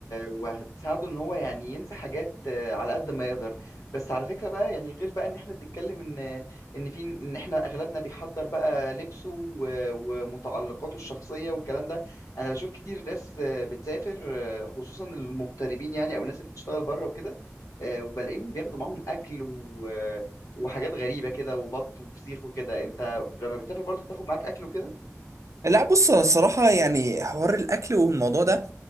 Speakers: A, on the left; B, on the right.
A: وهتساعده ان هو يعني ينسى حاجات آه، على قد ما يقدر بس على فكرة بقى يعني غير بقى ان احنا بنتكلم ان ان في ان احنا اغلبنا بيحضر بقى لبسه و... ومتعلقاته الشخصية والكلام ده انا بشوف كتير ناس آه، بتسافر آه، خصوصا المغتربين يعني او الناس اللي بتشتغل بره وكده آه، وبلاقيهم بياخدوا معاهم اكل و... وحاجات غريبة كده وبط وفسيخ وكده انت لما بتسافر برضو بتاخد معاك اكل وكده
B: لا بص أنا الصراحة يعني حوار الأكل والموضوع ده